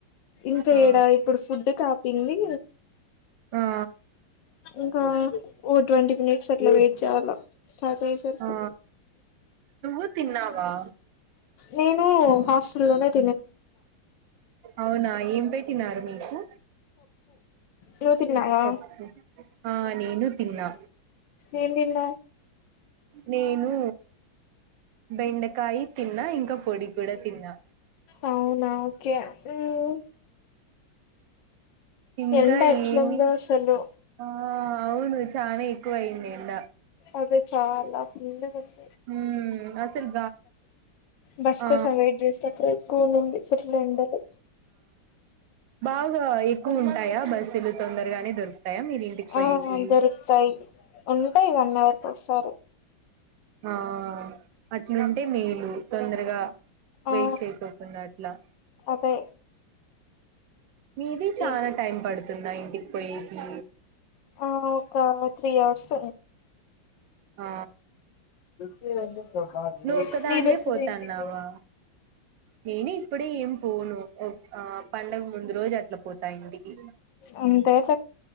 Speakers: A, on the left (about 70°); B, on the right (about 75°).
A: ఇంకా
B: ఆ
A: ఈడా ఇప్పుడు ఫుడ్ కాపింది,
B: ఆ
A: ఇంకా. ట్వంటీ మినిట్స్ అట్లా వెయిట్ చేయాల. స్టార్ట్ అయ్యొ సార్కి.
B: ఆ నువ్వు తిన్నావా
A: నేను హాస్. లోనే.
B: అవునా. ఏం పెట్టినారు మీకు.?
A: నూ తిన్నావా?
B: పప్పు ఆ నేను తిన్నా
A: ఏం తిన్న
B: నేను బెండకాయ్ తిన్నా ఇంకా పొడి కూడా తిన్నా
A: అవునా ఓకే మ్మ్.
B: ఇంకా
A: ఎండ ఎట్లుందో
B: ఏమి
A: అసలు
B: ఆ అవును చానా ఎక్కువ అయింది ఎండ
A: అదే చాలా ఫుల్ <unintelligible>
B: మ్మ్ అసలు
A: బస్
B: ఆ
A: కోసం వెయిట్ చేసేటప్పుడు ఎక్కువ ఉండింది ఫుల్ ఎండలు
B: బాగా ఎక్కువ ఉంటాయా బస్ తొందరగానే దొరుకుతాయా మీరి ఇంటికి పోయకి
A: ఆ దొరుకుతాయి ఉంటాయి వన్ అవర్ కి ఒకసారి
B: ఆ అట్లుంటే మేలు తొందరగా వెయిట్
A: ఆ
B: చేయకోకుండా అట్లా అ
A: అదే
B: మీది చాలా
A: ఈ
B: టైం పడుతుందా ఇంటికి పోయికి
A: ఆ ఒక త్రీ అవర్స్
B: ఆ
A: <unintelligible>
B: నువ్వు ఒక్కదానివే
A: మీరు ఎప్పుడు
B: పోతాన్నావా
A: ఇంటికి
B: నేను ఇప్పుడే ఏం పోను ఆ పండగ ముందు రోజు అట్లా పోతా ఇంటికి
A: అంతే